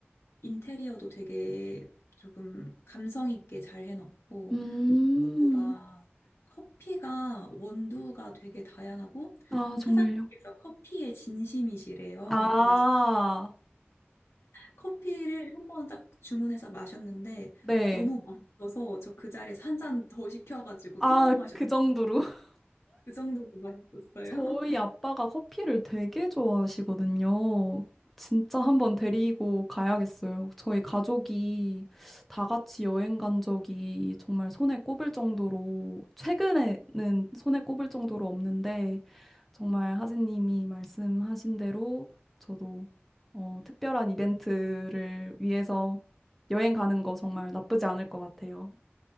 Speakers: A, on the left; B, in the centre.
A: 인테리어도 되게 조금 감성 있게 잘 해놨고
B: 음,
A: 무엇보다 커피가 원두가 되게 다양하고
B: 아,
A: 사장님께서
B: 정말요.
A: 커피에 진심이시래요.
B: 아,
A: 그래서 커피를 한 번 딱 주문해서 마셨는데
B: 네.
A: 너무 맛있어서 저 그 자리에서 한 잔 더 시켜가지고
B: 아,
A: 또 마셨.
B: 그 정도로. <laughs>
A: 그 정도로 맛있었어요.
B: 저희
A: <laughs>
B: 아빠가 커피를 되게 좋아하시거든요. 진짜 한번 데리고 가야겠어요. 저희 가족이 다 같이 여행 간 적이 정말 손에 꼽을 정도로, 최근에는 손에 꼽을 정도로 없는데, 정말 하진님이 말씀하신 대로 저도 어, 특별한 이벤트를 위해서 여행 가는 거 정말 나쁘지 않을 것 같아요.